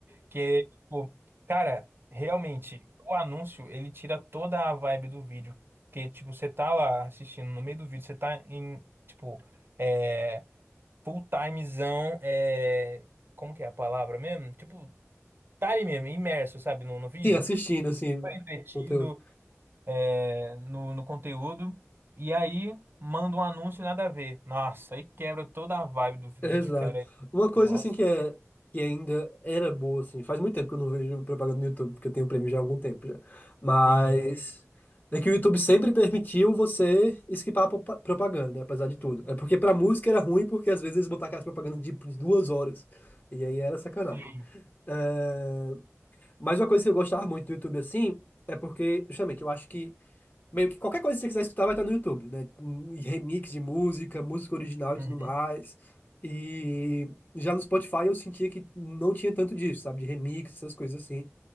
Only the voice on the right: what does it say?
que, tipo, cara, realmente, o anúncio ele tira toda a vibe do vídeo, porque, tipo, você tá lá assistindo, no meio do vídeo você tá em, tipo, é, full timezão, é... como que é a palavra mesmo? Tipo, tá ali mesmo, imerso, sabe, no, no vídeo,
super entretido
é, no, no conteúdo, e aí manda um anúncio nada a ver. Nossa, aí quebra toda a vibe do vídeo,
cara.
Nossa,
sim,
sim.
Uhum,